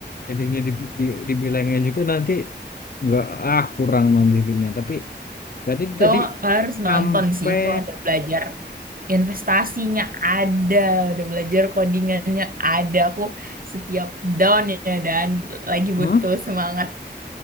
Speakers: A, on the left; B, on the right.
A: endingnya di, di, dibilangnya juga nanti nggak, ah kurang nanti filmnya. Tapi berarti tadi
B: Oh, harus
A: sampai,
B: nonton sih. Itu ada belajar investasinya ada, udah belajar codingannya ada. Aku setiap down ya dan lagi
A: hmm?
B: butuh semangat